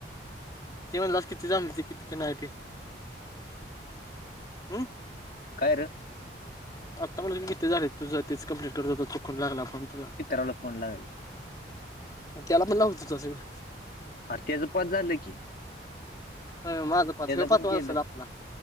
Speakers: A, on the left (about 20°); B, on the left (about 50°).
A: ते म्हणलास किती जाते कितीक नाही ते हम्.
B: काय रं?
A: आता म्हणलं किती झालेयं तुझं तेचं कम्प्लीट करत होता चुकून लागला फोन तुझा.
B: मला फोन <unintelligible>
A: त्याला पण लावतं तसं होईल.
B: अरं त्याचं पाच झालं कि.
A: हो माझं पाच ह्यो
B: पण
A: पाचवा
B: केलं
A: असलं आपला.